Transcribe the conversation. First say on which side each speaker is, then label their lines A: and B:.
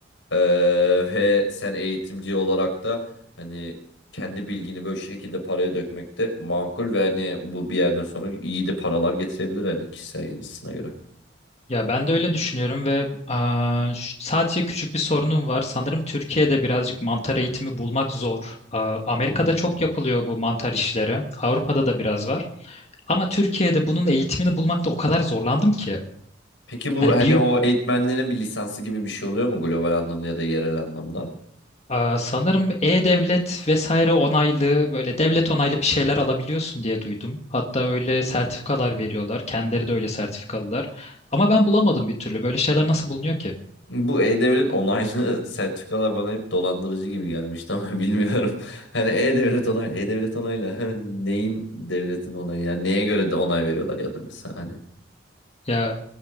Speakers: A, on the left; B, on the left.
A: Ee, ve sen eğitimci olarak da hani kendi bilgini böyle şekilde paraya dökmek de makul ve hani bu bir yerden sonra iyi de paralar getirebilir hani kişisel yanısına göre.
B: Ya ben de öyle düşünüyorum ve aa, ş- sadece küçük bir sorunum var. Sanırım Türkiye'de birazcık mantar eğitimi bulmak zor. Aa, Amerika'da
A: Hı hı.
B: çok yapılıyor bu mantar işleri. Avrupa'da da biraz var. Ama Türkiye'de bunun eğitimini bulmakta o kadar zorlandım ki.
A: Peki bu
B: Hani
A: hani
B: bir
A: o eğitmenlerin bir lisansı gibi bir şey oluyor mu global anlamda ya da yerel anlamda?
B: aa, sanırım e-devlet vesaire onaylı böyle devlet onaylı bir şeyler alabiliyorsun diye duydum. Hatta öyle sertifikalar veriyorlar. Kendileri de öyle sertifikalılar. Ama ben bulamadım bir türlü. Böyle şeyler nasıl bulunuyor ki?
A: Bu E-Devlet onaylı <laughs> sertifikalar bana hep dolandırıcı gibi gelmişti ama <laughs> bilmiyorum. Hani E-Devlet onaylı, E-Devlet onaylı. <laughs> Neyin devletin onayı? Yani neye göre de onay veriyorlar ya da mesela hani.
B: Ya